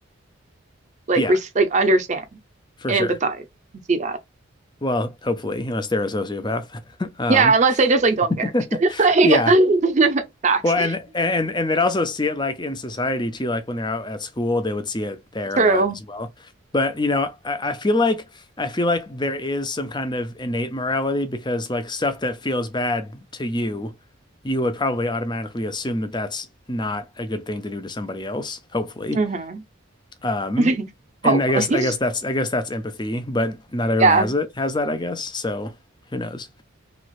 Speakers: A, on the right (about 35°); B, on the left (about 20°).
A: like
B: Yeah,
A: res like understand
B: for
A: and
B: sure.
A: empathize and see that.
B: Well, hopefully, unless they're a sociopath. <laughs> Um,
A: Yeah, unless they just like don't care.
B: <laughs>
A: <laughs> Like,
B: yeah.
A: <laughs> facts.
B: Well, and and and they'd also see it like in society too, like when they're out at school, they would see it
A: <laughs>
B: there
A: True.
B: a lot as well. But you know, I, I feel like I feel like there is some kind of innate morality because like stuff that feels bad to you, you would probably automatically assume that that's not a good thing to do to somebody else, hopefully.
A: hmm
B: Um,
A: <laughs> Hopefully.
B: and I guess I guess that's I guess that's empathy, but not
A: Yeah.
B: everyone has it has that, I guess. So who knows?